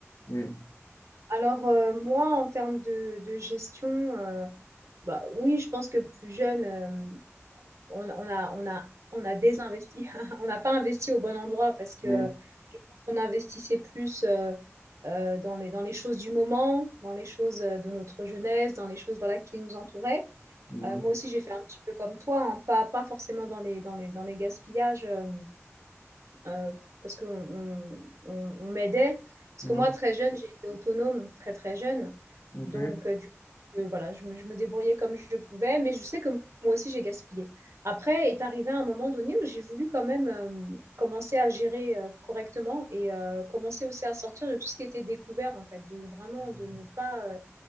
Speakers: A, on the left; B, on the right.
A: ouais,
B: Alors, euh, moi, en termes de, de gestion, euh, bah, oui, je pense que plus jeune, euh, on, on a, on a, on a désinvesti. <laughs> On n'a pas investi au bon endroit parce que
A: ouais.
B: euh, je pense qu'on investissait plus euh, euh, dans les, dans les choses du moment, dans les choses euh, de notre jeunesse, dans les choses voilà, qui nous entouraient.
A: Mhm.
B: Euh, moi aussi, j'ai fait un petit peu comme toi, hein, pas, pas forcément dans les, dans les, dans les gaspillages. euh, euh, parce qu'on on, on- on m'aidait. Parce
A: Mhm.
B: que moi, très jeune, j'ai été autonome, très très jeune.
A: Ok.
B: Donc, euh, du coup, je- voilà, je me, je me débrouillais comme je pouvais, mais je sais que moi aussi, j'ai gaspillé. Après est arrivé un moment donné où j'ai voulu quand même euh, commencer à gérer euh, correctement et euh, commencer aussi à sortir de tout ce qui était découvert, en fait, de vraiment
A: Mhm.
B: de ne pas euh,